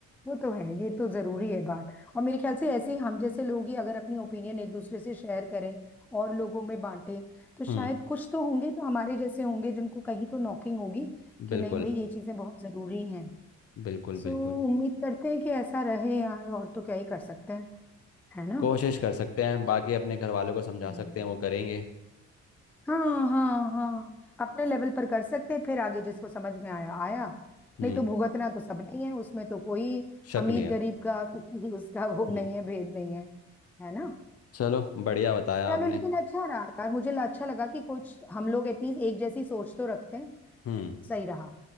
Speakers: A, in the centre; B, on the left.
A: वो तो है ये तो जरूरी है बात और मेरे ख्याल से ऐसे ही हम जैसे लोग ही अगर अपनी ओपिनियन एक दूसरे से शेयर करें और लोगों में बांटें तो शायद
B: हम्म
A: कुछ तो होंगे जो हमारे जैसे होंगे जिनको कहीं तो नॉकिंग होगी कि
B: बिल्कुल
A: नहीं भाई ये चीजें बहुत जरूरी हैं
B: बिल्कुल
A: सो
B: बिल्कुल
A: उम्मीद करते हैं कि ऐसा रहे यार और तो क्या ही कर सकते हैं है ना
B: कोशिश कर सकते हैं बाकी अपने घर वालों को समझा
A: हम्म।
B: सकते हैं वो करेंगे
A: हाँ हाँ हाँ अपने लेवल पर कर सकते हैं फिर आगे जिसको समझ में आया आया
B: हम्म
A: नहीं तो भुगतना तो सबने ही है उसमें तो कोई
B: शक
A: अमीर
B: नहीं है
A: गरीब का किसी उसका वो
B: हम्म
A: नहीं है भेद नहीं है है ना
B: चलो बढ़िया बताया
A: चलो
B: आपने
A: लेकिन अच्छा रहा यार मुझे ल- अच्छा लगा कि कुछ हम लोग एटलीस्ट एक जैसी सोच तो रखते हैं
B: हम्म
A: सही रहा